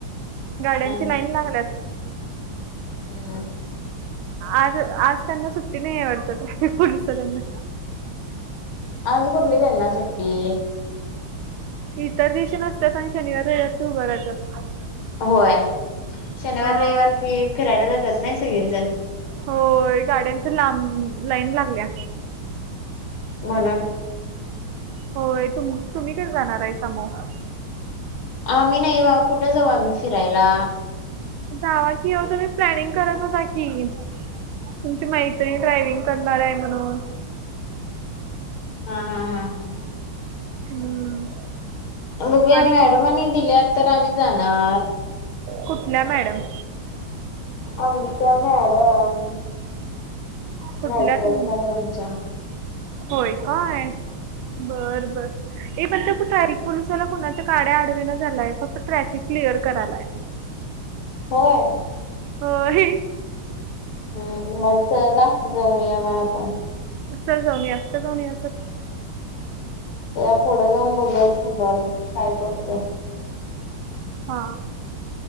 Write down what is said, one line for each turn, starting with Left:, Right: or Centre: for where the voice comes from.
Right: गाड्यांची
Left: हा हा.
Right: लाईन लागल्यात.
Left: हम्म.
Right: आज -आज त्यांना सुट्टी नाहीये वाटत? ट्रॅफिक पोलिसवाल्यांना.
Left: आज कुठली त्यांना सुट्टी?
Right: इतर दिवशी नसतात. पण शनिवार रविवार ते उभा राहतात.
Left: होय. शनिवार
Right: अ
Left: रविवार ते फिरायला जातात ना सगळेजण?
Right: होय. गाड्यांच्या लांब लाईन लागल्या.
Left: म्हणून.
Right: होय. तु तुम्ही कस जाणार आहे? सम्भा -
Left: आम्ही नाही बा. कुठे जाऊ आम्ही फिरायला?
Right: जावा की हो. तुम्ही प्लॅनिंग करत होता की. तुमची मैत्रीिण ड्रायव्हिंग करणार आहे म्हणून.
Left: हा हा हा हा.
Right: हम्म.
Left: बघू या
Right: आणि
Left: मॅडमानी
Right: काय?
Left: दिल्या तर आम्ही जाणार.
Right: कुठल्या मॅडम?
Left: आमच्या मॅडम.
Right: कुठल्या
Left: नाही थोडं
Right: तुम
Left: मॅडमच्या
Right: -होय काय? बर बर. पण त्याच काय <unintelligible> कुणाच्या का- आडवे येणा झालाय फक्त ट्रॅफिक क्लिअर करालाय.
Left: होय!
Right: होय!
Left: हम्म मग चला जाऊन येऊया मग आपण.
Right: चल जाऊन येऊया कुठे जाऊन यायचं?
Left: त्याच्या पुढं जाऊन बघूया उभारून काय करतोय.
Right: हा